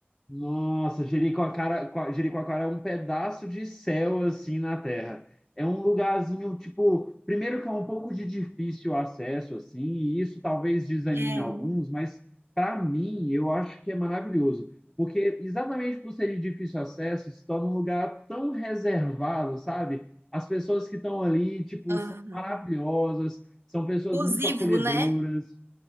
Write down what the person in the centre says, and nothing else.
Nossa, Jericoacoara, Co- Jericoacoara é um pedaço de céu assim na terra. É um lugarzinho, tipo, primeiro que é um pouco de difícil acesso assim, e isso talvez desanime
alguns, mas para mim eu acho que é maravilhoso, porque exatamente por ser de difícil acesso, se torna um lugar tão reservado, sabe? As pessoas que estão ali, tipo,
são maravilhosas, são pessoas
muito acolhedoras.